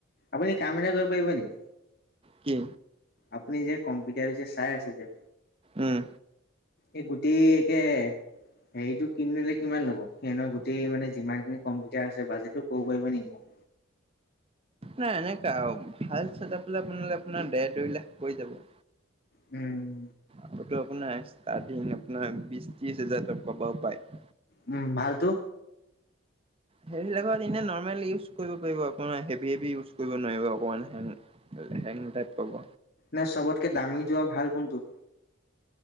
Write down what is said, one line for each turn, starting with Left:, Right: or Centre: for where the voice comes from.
Left: আপুনি কাম এটা কৰিব পাৰিব নেকি?
Right: কি?
Left: আপুনি যে কম্পিউটাৰ যে চাই আছে যে।
Right: উম
Left: এই গোটেই একে হেৰিটো কিনিলে কিমান ল'ব? সিহঁতৰ গোটেই মানে যিমানখিনি কম্পিউটাৰ আছে বাজেটটো ক'ব পাৰিব নেকি মোক।
Right: নাই এনেকুৱা আৰু ভাল চেট আপ এটা বনালে আপোনাৰ দেৰ দুই লাখ পৰি যাব।
Left: উম।
Right: আৰু আপোনাৰ ষ্টাৰ্টিং আপোনাৰ বিশ ত্ৰিশ হাজাৰ টকা পৰাও পায়।
Left: উম, ভালতো?
Right: হেৰিবিলাকত এনে নৰ্মেল ইউজ কৰিব পাৰিব আপোনাৰ হেভি হেভি ইউজ কৰিব নোৱাৰিব অকমান লেহেং টাইপ পাব।
Left: নে চবতকে দামীটো আৰু ভাল কোনটো?